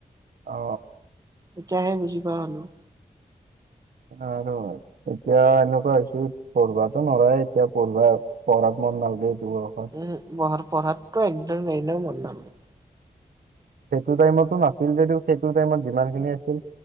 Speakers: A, on the right; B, on the right.
A: অ
B: এতিয়াহে বুজি পোৱা হ'লোঁ।
A: আৰু এতিয়া এনেকুৱা হৈ হৈছে পঢ়োৱা নৰায় এতিয়া পঢ়োৱা পঢ়াত মন নালগে। বয়সত
B: উম ঘৰ পঢ়াতটো একদম এনেও মন নে
A: সেইটো টাইমতো নাছিল যদিও সেইটো টাইমত যিমানখিনি আছিল